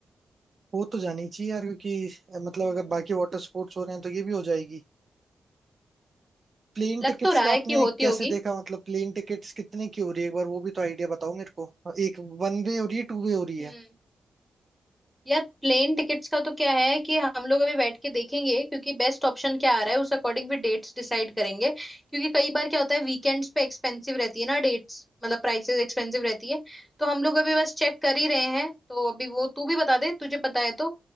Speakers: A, on the right (about 50°); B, in the centre.
A: वो तो जानी चाहिए यार क्योंकि अ, मतलब
B: हम्म
A: अगर बाकी वाटर स्पोर्ट्स हो रहे हैं तो ये भी हो जाएगी प्लेन
B: लग
A: टिकट्स
B: तो रहा
A: का
B: है
A: आपने
B: कि होती
A: कैसे
B: होगी
A: देखा मतलब प्लेन टिकट्स कितने की हो रही है एक बार वो भी तो आइडिया बताओ मेरे को अ, एक वन वे हो रही है टू वे हो रही है
B: हम्म यार प्लेन टिकट्स का तो क्या है कि हम लोग अभी बैठ के देखेंगे क्योंकि बेस्ट ऑप्शन क्या आ रहा है उस अकॉर्डिंग फिर डेट्स डिसाइड करेंगे क्योंकि कई बार क्या होता है वीकेंड्स पे एक्सपेंसिव रहती है ना डेट्स मतलब प्राइसेस एक्सपेंसिव रहती है तो हम लोग अभी बस चेक कर ही रहे हैं तो अभी वो तू भी बता दे तुझे पता है तो